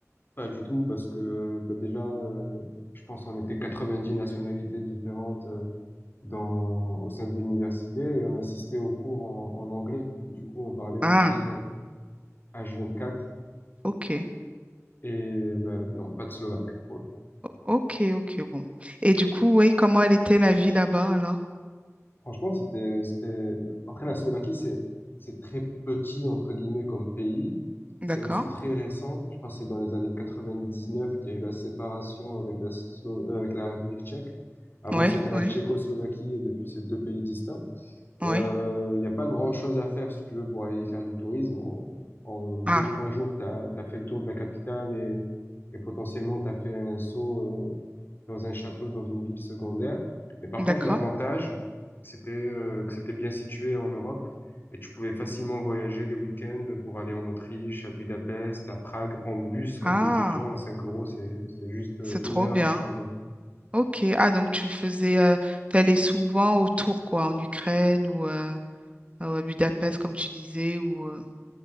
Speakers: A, on the left; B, on the right.
A: pas du tout, parce que euh, ben déjà, euh, je pense qu'on était 90 nationalités différentes euh, dans, au sein de l'université et on assistait aux cours en, en anglais. Du coup, on parlait anglais
B: Ah,
A: euh, H24
B: ok.
A: et ben, non, pas de slovaque.
B: Ok, ok, bon. Et du coup, oui, comment elle était la vie là-bas alors?
A: Franchement, c'était, c'était, après la Slovaquie, c'est, c'est très petit, entre guillemets, comme pays. C'est
B: D'accord.
A: aussi très récent. Je crois que c'est dans les années 99 qu'il y a eu la séparation avec la, Slo- euh, avec la République tchèque. Avant,
B: Oui,
A: c'était la
B: oui,
A: Tchécoslovaquie et depuis, c'est deux pays distincts.
B: oui.
A: Euh, Il n'y a pas grand-chose à faire si tu veux pour aller y faire du tourisme. En, en deux,
B: Ah,
A: trois jours, t'as as, fait le tour de la capitale et, et potentiellement t'as fait un saut euh, dans un château, dans une ville secondaire. Mais par
B: d'accord.
A: contre, l'avantage, c'était euh, que c'était bien situé en Europe et tu pouvais facilement voyager les week-ends pour aller en Autriche, à Budapest, à Prague, en bus quand
B: Ah,
A: t'es étudiant à 5 euros. C'est, c'est juste euh,
B: c'est trop
A: une heure
B: bien.
A: à trois heures.
B: Ok. Ah, donc tu faisais, euh, t'allais souvent autour, quoi, en Ukraine ou euh, à Budapest, comme tu disais, ou... euh,